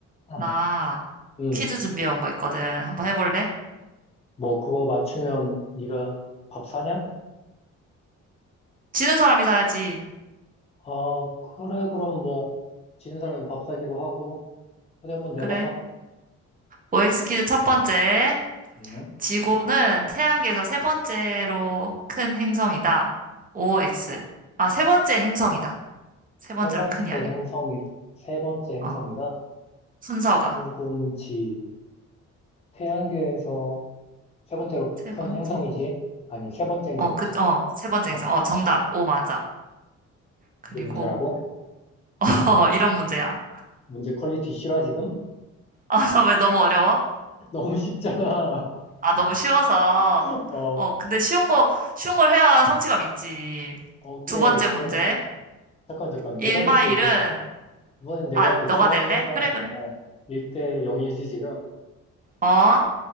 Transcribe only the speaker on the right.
나
퀴즈 준비해 온 거 있거든. 한번 해볼래?
지는 사람이 사야지.
그래. OX 퀴즈 첫 번째.
지구는 태양계에서 세 번째로 큰 행성이다. OX. 아, 세 번째 행성이다. 세 번째로
큰이 아니고.
어, 순서가.
세
번째.
행-
어, 그, 어, 세 번째
행성. 어, 정답. 오, 맞아. 그리고,
<laughs> 어, 이런 문제야.
<laughs> 왜 너무 어려워?
아, 너무 쉬워서.
어, 근데 쉬운 거, 쉬운 걸 해야 성취감 있지.
두 번째
문제.
1마일은,
아,
너가 낼래?
그래, 그래.
어?